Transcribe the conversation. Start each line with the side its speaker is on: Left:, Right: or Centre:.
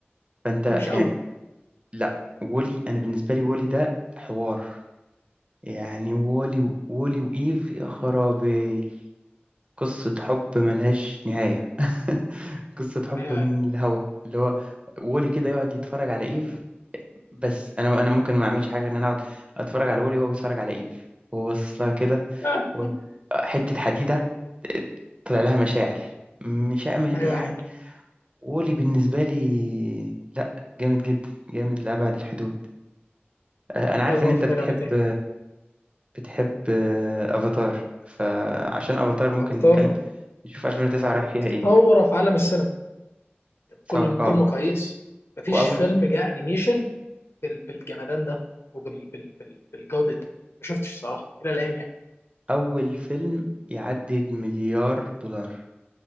Right: فانت
Left: مش قوي
Right: يعني لا وولي انا بالنسبه لي وولي ده حوار يعني وولي وولي وإيف يا خرابي قصة حب ملهاش نهاية <laughs> قصة حب
Left: ايوه
Right: من
Left: ايوه
Right: الهوا اللي هو وولي كده يقعد يتفرج على إيف بس أنا أنا ممكن ما أعملش حاجة غير إن أنا أقعد أتفرج على وولي وهو بيتفرج على إيف وهو باصص لها كده
Left: آه.
Right: و- آه، حتة حديدة آه، طلع لها مشاعر مش مش-
Left: ايوه
Right: يعني
Left: ايوه
Right: وولي بالنسبة لي لا جامد جدا جامد لأبعد الحدود آه، أنا عارف
Left: لازم
Right: إن
Left: اتفرج
Right: أنت بتحب
Left: عليه تاني
Right: بتحب آه، افاتار فعشان افاتار ممكن
Left: افاتار
Right: نتكلم نشوف 2009 رايح فيها ايه
Left: ثوره في عالم السينما بكل
Right: ثور
Left: بكل
Right: اه
Left: مقاييس مفيش
Right: واول
Left: فيلم جاء انيميشن بال- بالجمدان ده وبالجوده دي ما شفتش صراحه الى الان يعني
Right: اول فيلم يعدي المليار دولار